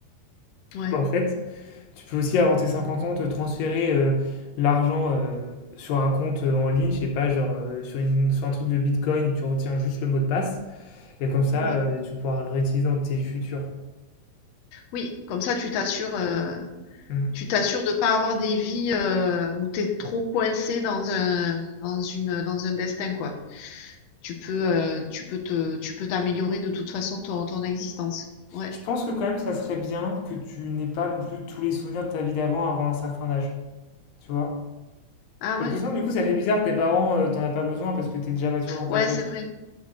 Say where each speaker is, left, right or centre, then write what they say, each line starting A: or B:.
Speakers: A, on the left; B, on the left.
A: ouais,
B: bah, en fait, Tu peux aussi, avant tes 50 ans, te transférer euh, l'argent euh, sur un compte euh, en ligne, je sais pas, genre euh, sur, une, sur un truc de Bitcoin, tu retiens juste le mot de passe, et comme ça,
A: ouais.
B: euh, tu pourras le réutiliser dans tes futurs.
A: Oui, comme ça, tu t'assures, euh,
B: Mm.
A: tu t'assures de pas avoir des vies euh, où t'es trop coincé dans un, dans une, dans un destin, quoi. Tu peux, euh, tu peux te, tu peux t'améliorer de toute façon ton, ton existence. Ouais.
B: Je pense que quand même, ça serait bien que tu n'aies pas non plus tous les souvenirs de ta vie d'avant avant un certain âge, tu vois?
A: Ah ouais?
B: Parce que sinon, du coup, ça fait bizarre, tes parents, euh, t'en as pas besoin parce que t'es déjà mature dans ta
A: Ouais,
B: tête.
A: c'est vrai.